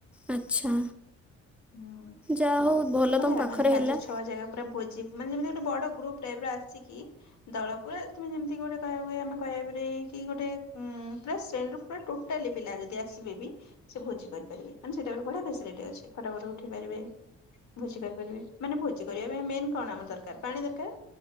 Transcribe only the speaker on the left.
ହୁଁ
ବଢିଆ
ମାନେ ପାଞ୍ଚ
ଛଅ ଜାଗା ପୁରା ଭୋଜି ମାନେ ଯେମିତି ଗୋଟେ ବଡ ଗ୍ରୁପ୍ ଟାଇପ୍ ର ଆସିକି ଦଳ ପୁରା ତମେ ଯେମିତି ଗୋଟେ କହିବାକୁ ଆମେ କହିବାପରେ କି ଗୋଟେ ସେଣ୍ଡୁ ଉ ପୁରା ଟୋ ଟେଲି ପିଲା ଯଦି ଆସିବେ ବି ସେ ଭୋଜି କରିପାରିବେ। ସେଇଟା ଗୋଟେ ବଢିଆ ଫେସିଲିଟି ଅଛି। ଫଟ ଫଟ ଉଠେଇପାରିବେ ଭୋଜି କରିପାରିବେ। ମାନେ ଭୋଜି କରିବା ପାଇଁ ମେନ୍ କଣ ଆମର ଦରକାର? ପାଣି ଦରକାର।